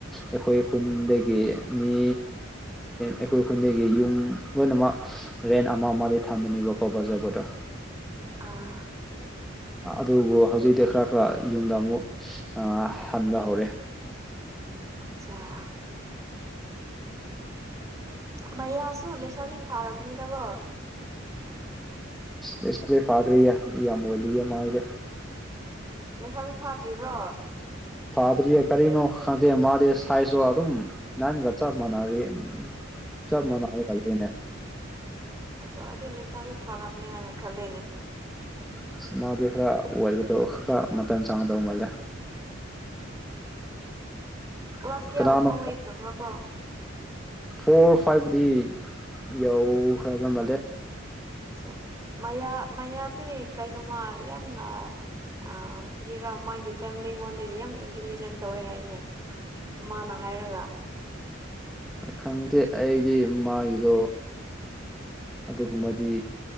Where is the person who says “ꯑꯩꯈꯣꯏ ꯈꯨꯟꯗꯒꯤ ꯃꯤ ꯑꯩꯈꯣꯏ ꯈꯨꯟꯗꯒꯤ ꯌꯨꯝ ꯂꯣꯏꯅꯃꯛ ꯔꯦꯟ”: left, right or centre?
Centre